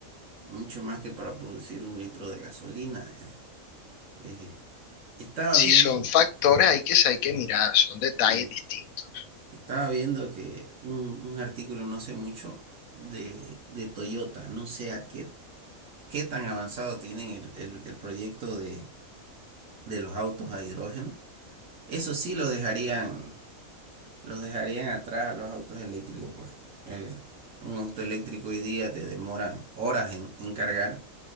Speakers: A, on the right; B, on the left.
A: mucho más que para producir un litro de gasolina. eh. Eh, estaba
B: Sí,
A: viendo,
B: son factores, hay que, hay que mirar, son detalles
A: sí,
B: distintos.
A: Estaba viendo que un, un artículo no sé mucho de, de Toyota, no sé a qué, qué tan avanzado tienen el, el- el proyecto de, de los autos a hidrógeno. Eso sí los dejarían, los dejarían atrás a los autos eléctricos, pues. Eh, un auto eléctrico hoy día te demora horas en, en cargar